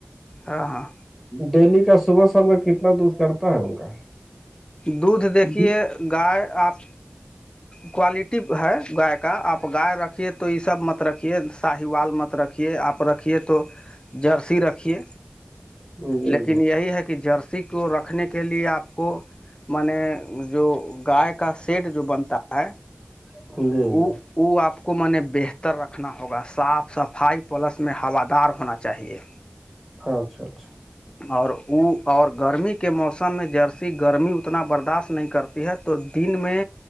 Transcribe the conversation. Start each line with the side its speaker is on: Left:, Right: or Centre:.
Left: رہ ہاں
Centre: ڈیلی کا صبح شام کا کتنا دھ کرتا ہے ان کا
Left: دھ دیکھیے
Centre: جی
Left: گائے آپ کوالٹی ہے گائے کا آپ گائے رکھیے تو یہ سب مت رکھیے شاہی والال مت رکھیے آپ رکھیے تو جرسی رکھیے
Centre: جی
Left: لیکن یہی ہے کہ جرسی کو رکھنے کے لیے آپ کو میں نے جو گائے کا سیٹ جو بنتا ہے
Centre: جی جی
Left: وہ
Centre: جی
Left: وہ آپ کو میں نے بہتر رکھنا ہوگا صاف صفائی پلس میں ہو دار ہونا چاہیے
Centre: ہاں اچھا اچھا
Left: اور وہ اور گرمی کے موسم میں جرسی گرمی اتنا برداشت نہیں کرتا ہے تو دن میں